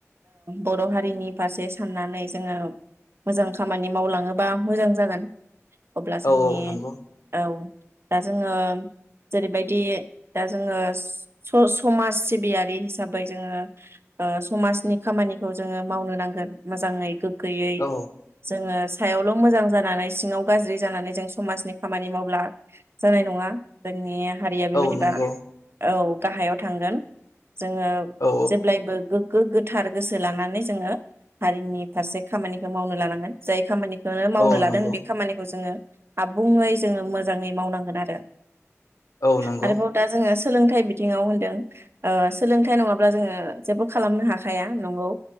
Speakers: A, on the right; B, on the left.
A: बर' हारिनि फारसे साननानै जोङो मोजां खामानि मावलाङोबा मोजां जागोन <unintelligible> अब्ला जोंनि
B: औ औ नंगौ
A: औ दा जोङो जेरैबायदि दा जोङो समाज सिबियारि हिसाबै जोङो समाजनि खामानिखौ जोङो मावनो नांगोन मोजाङै गैयै
B: औ
A: जोङो सायावल मोजां जानानै सिङाव गाज्रि जानानै जों समाजनि खामानि मावब्ला जानाय नङा जोंनि हारिया बेबायदिबा
B: औ नंगौ
A: औ गाहायाव थांगोन जोङो
B: औ
A: जेब्लायबो गोथार गोसो लानानै जोङो हारिनि फारसे खामानिखौ मावनो लानांगोन जाय खामानिखौ बेनो मावनो
B: औ
A: लादों
B: नंगौ
A: बे खानिखौ जोङो आबुङै जोङो मोजाङै मावनांगोन आरो
B: औ नंगौ
A: आरोबाव दा जोङो सोलोंथाइ बिथिङाव होनदों सोलोंथाइ नङाब्ला जोङो जेबो खालामनो हाखाया नंगौ